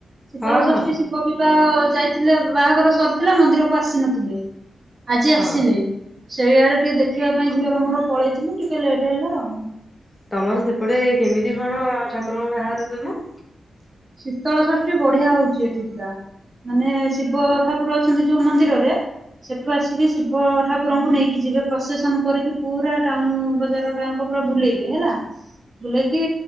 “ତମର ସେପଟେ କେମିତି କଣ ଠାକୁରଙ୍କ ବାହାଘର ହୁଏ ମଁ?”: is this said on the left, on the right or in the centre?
Left